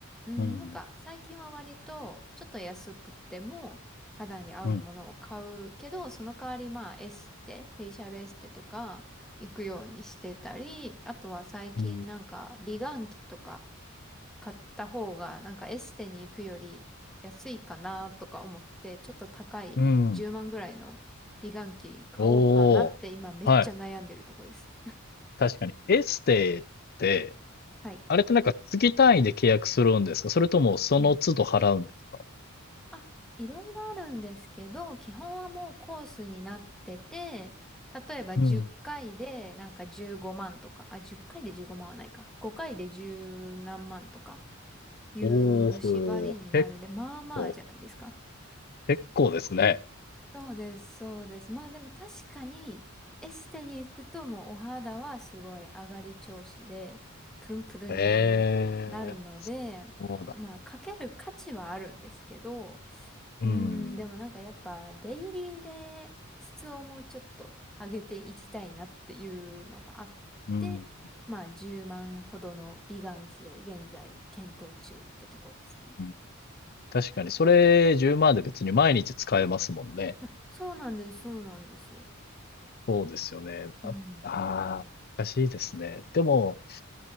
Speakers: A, in the centre; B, on the left (about 45°).
A: うん、
B: うん。
A: なんか最近は割とちょっと安くても肌に合うものを買うけど、
B: うん。
A: その代わりまあエステ、フェイシャルエステとか行くようにしてたり、あとは最近なんか美顔器とか
B: うん。
A: 買った方が、なんかエステに行くより安いかなとか思って、ちょっと高い10万ぐらいの美顔器買おうかなって今めっちゃ悩んでるとこです。
B: うん。おお。はい。確かに。エステって、
A: はい。
B: あれってなんか月単位で契約するんですかそれともその都度払うんですか
A: うんあ、いろいろあるんですけど、基本はもうコースになってて、例えば10回でなんか15万とか、
B: うん。
A: あ、10回で15万はないか。5回で十何万とかいう縛りになるんで、
B: おお、結
A: まあまあじゃないですか。
B: 構、結構ですね。
A: そうです、そうです。まあでも確かに、エステに行くともうお肌はすごい上がり調子で、プルンプルンになるので、
B: ええ、そうだ。
A: まあかける価値はあるんですけど、
B: うん、
A: うん、でもなんかやっぱデイリーで質をもうちょっと上げていきたいなっていうのがあって、
B: うん、
A: まあ10万ほどの美顔器を現在検討中ってとこですね。
B: うん。確かに、それ10万で別に毎日使えますもんね。
A: あ、そうなんです、そうなんです。
B: そうですよね。
A: うん、
B: あ、あー、難しいですね。でも、